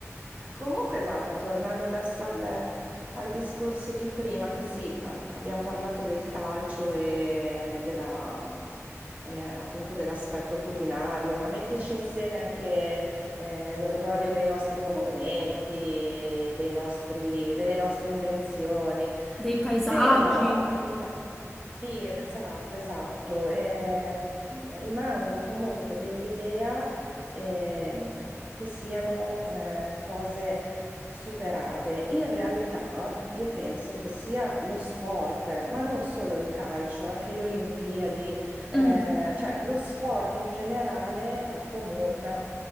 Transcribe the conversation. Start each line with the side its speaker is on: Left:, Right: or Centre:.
Right: Comunque, guarda, tornando adesso al, al discorso di prima, che sì, a- abbiamo parlato del calcio e della, mh, eh, appunto dell'aspetto culinario, ma mettici insieme anche eh, l'orgoglio dei nostri monumenti, dei nostri- delle nostre invenzioni.
Centre: dei paesaggi.
Right: Però, rima- sì, esatto, esatto, ehm, rimango comunque dell'idea ehm, che siano eh, cose superate. In realtà io penso che sia lo sport, ma non solo il calcio, anche le Olimpiadi, eh,
Centre: Mm.
Right: cioè lo sport in generale accomuna